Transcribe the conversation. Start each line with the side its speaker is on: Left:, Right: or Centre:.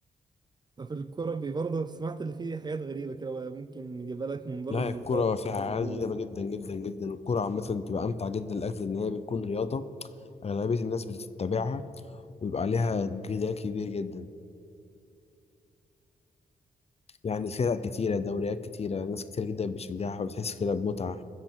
Right: لا في الكورة بي- برضه سمعت اللي فيه حاجات غريبة كده ممكن يجيبها لك من بره
Left: لا
Right: المنطقة
Left: الكوره فيها
Right: مش
Left: عادي
Right: في الجول.
Left: جذابه جدا جدا جدا والكوره عامه بتبقى امتع جدا لاجل ان هي بتكون رياضه اغلبيه الناس بتتبعها ويبقى عليها جدال كبير جدا يعني فرق كتيرة دوريات كتيرة ناس كتير جدا بتشجعها فبتحس كده بمتعة